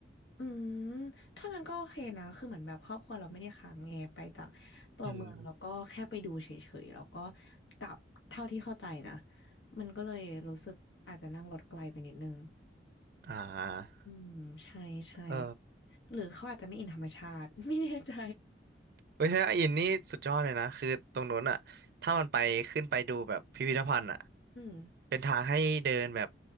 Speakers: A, on the left; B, on the right.
A: อืมถ้างั้นก็โอเคนะคือเหมือนแบบครอบครัวเราไม่ได้ค้างไงไปจากตัวเมืองแล้วก็แค่ไปดูเฉยๆแล้วก็
B: อืม
A: กลับเท่าที่เข้าใจนะมันก็เลยรู้สึกอาจจะนั่งรถไกลไปนิดนึง
B: อ่า
A: อืมใช่ใช่
B: เออ
A: หรือเขาอาจจะไม่อินธรรมชาติ <laughs> ไม่แน่ใจ
B: เว้ยถ้าอินนี่สุดยอดเลยนะคือตรงนู้นอ่ะถ้ามันไปขึ้นไปดูแบบพิพิธภัณฑ์อ่ะ
A: อืม
B: เป็นทางให้เดินแบบ